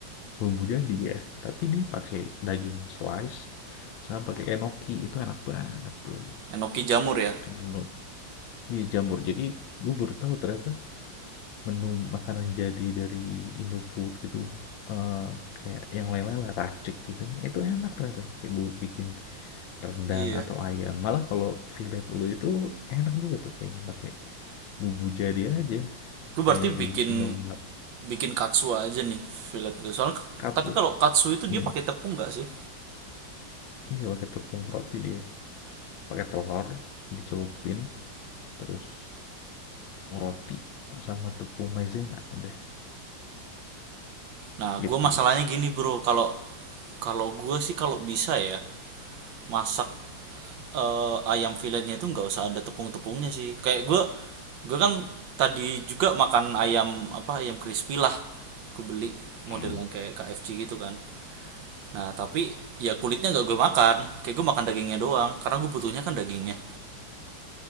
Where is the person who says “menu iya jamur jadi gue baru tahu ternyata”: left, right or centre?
Left